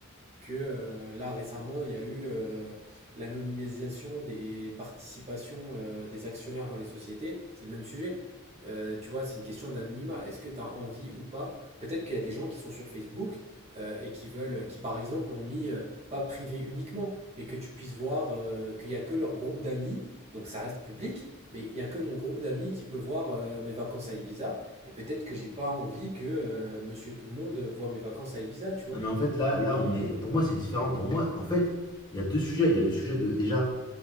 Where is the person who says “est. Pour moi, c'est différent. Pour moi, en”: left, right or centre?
Left